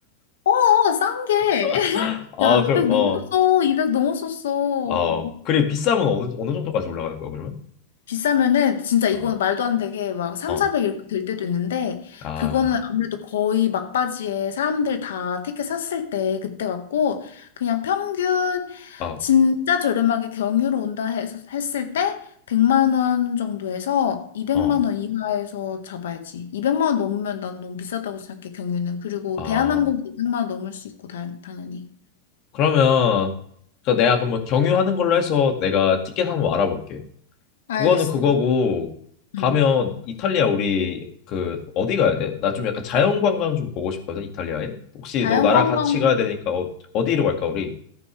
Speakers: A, on the left (about 80°); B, on the left (about 40°).
A: 어어, 싼 게.
B: <gasps>
A: <laughs>
B: <laughs> 아,
A: 야,
B: 그럼
A: 200
B: 어.
A: 넘었어. 200 넘었었어.
B: 어. 그리고 비싸면 어느 어느 정도까지 올라가는 거야, 그러면?
A: 비싸면은 진짜 이건
B: 어.
A: 말도 안 되게 막 3,
B: 어.
A: 400 이렇게 될 때도 있는데
B: 아.
A: 그거는 아무래도 거의 막바지에 사람들 다 티켓 샀을 때 그때 같고 그냥 평균
B: 어.
A: 진짜 저렴하게 경유로 온다 해서 했을 때 100만 원 정도에서 200만
B: 어.
A: 원 이하에서 잡아야지. 200만 원 넘으면 난 너무 비싸다고 생각해, 경유는. 그리고
B: 아.
A: 대한항공 200만 원 넘을 수 있고 당- 당연히.
B: 그러면 그 내가 그러면 경유하는 걸로 해서 내가 티켓 한번 알아볼게.
A: 알겠어.
B: 그거는 그거고 가면
A: 음.
B: 이탈리아 우리 그 어디 가야 돼? 나 좀 약간 자연 관광 좀 보고 싶거든, 이탈리아에. 혹시
A: 자연관광
B: 너 나랑 같이 가야 되니까 어, 어디로 갈까 우리?